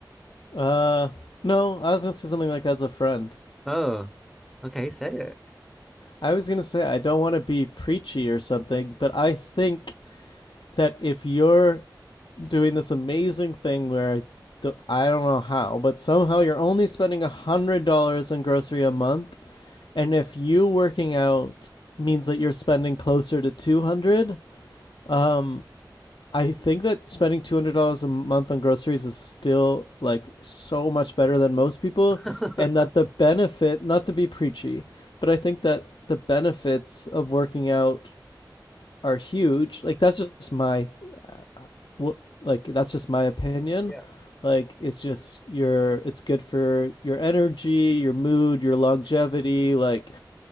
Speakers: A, on the left; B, in the centre.
A: Uh, no, I was gonna say something like as a friend.
B: Oh, okay, say it.
A: I was gonna say I don't want to be preachy or something, but I think that if you're doing this amazing thing where I do- I don't know how, but somehow you're only spending a hundred dollars on grocery a month, and if you working out means that you're spending closer to two hundred, um, I think that spending two hundred dollars a month on groceries is still like so much better than most people,
B: <laughs>
A: and that the benefit not to be preachy, but I think that the benefits of working out are huge. Like that's just my, uh, like that's just my opinion.
B: Yeah.
A: Like it's just your, it's good for your energy, your mood, your longevity, like